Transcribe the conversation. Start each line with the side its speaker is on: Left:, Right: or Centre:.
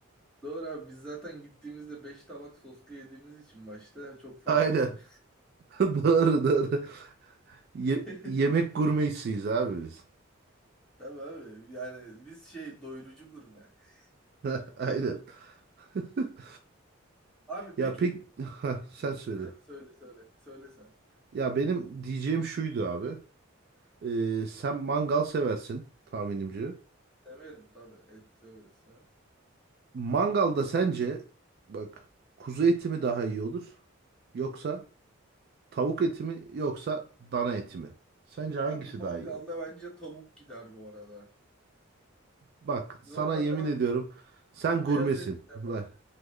Centre: doğru abi. Biz zaten gittiğimizde 5 tabak soslu yediğimiz için başta çok fark
Right: Aynen.
Centre: etmiyor.
Right: <laughs> Doğru doğru. Ye-
Centre: <laughs>
Right: yemek gurmesiyiz abi biz.
Centre: Tabii abi. Yani biz şey doyurucu gurme.
Right: <laughs>
Centre: <laughs>
Right: Aynen.
Centre: Karın.
Right: <laughs>
Centre: Abi
Right: Ya
Centre: peki.
Right: pek <laughs> Ha, sen söyle.
Centre: Ha? Söyle söyle. Söyle sen.
Right: Ya benim diyeceğim şuydu abi. Ee, sen mangal seversin tahminimce.
Centre: Severim tabii. Et severiz. Ha?
Right: Mangalda sence bak kuzu eti mi daha iyi olur? Yoksa tavuk eti mi yoksa dana eti mi? Sence hangisi
Centre: Abi mangalda
Right: daha iyi olur?
Centre: bence tavuk gider bu arada.
Right: Bak sana
Centre: Normalde
Right: yemin
Centre: ben
Right: ediyorum sen gurmesin.
Centre: beyaz et sevmem.
Right: Bak